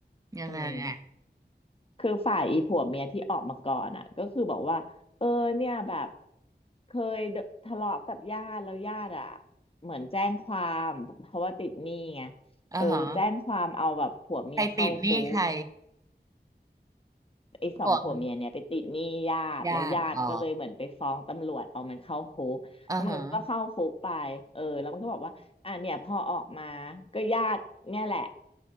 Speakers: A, on the right; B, on the left.
A: ยังไงอ่ะ
B: อืมคือฝ่ายอีผัวเมียที่ออกมาก่อนอ่ะก็คือบอกว่าเออเนี่ยแบบเคยโดทะเลาะกับญาติแล้วญาติอ่ะเหมือนแจ้งความเพราะว่าติดหนี้ไง
A: อ่าฮะ
B: เออแจ้งความเอาแบบผัวเมียเข้าคุก
A: ใครติดหนี้ใคร
B: ไอ้สองผัวเมียเนี่ยไปติดหนี้ญาติแล้วญาติก็เลยเหมือนไปฟ้องตำรวจเอามันเข้าคุกแล้วมันก็เข้าคุกไปเออแล้วมันก็บอกว่าอ่ะเนี่ยพอออกมา
A: ห่วงญาติอ๋ออ่าฮะ
B: ก็ญาติเนี่ยแหละ